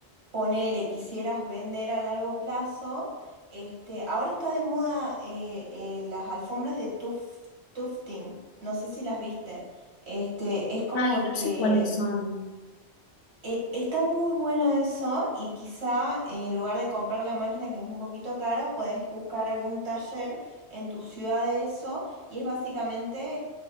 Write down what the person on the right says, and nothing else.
ponele, quisieras vender a largo plazo, este, ahora está de moda eh, eh, las alfombras de tuf- tufting, no sé si las viste, este, es como
que
eh, está muy bueno eso y quizá eh, en lugar de comprar la máquina que es un poquito caro puedes buscar algún taller en tu ciudad de eso y es básicamente